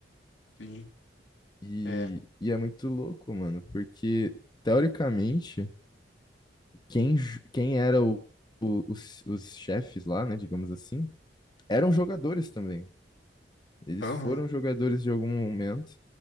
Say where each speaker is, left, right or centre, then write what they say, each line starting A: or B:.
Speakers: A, on the left; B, on the left.
A: sim.
B: E,
A: É.
B: e é muito louco, mano, porque teoricamente, quem, ju- quem era o, o- os, os chefes lá, né, digamos assim, eram jogadores também. Eles
A: Aham.
B: foram jogadores de algum momento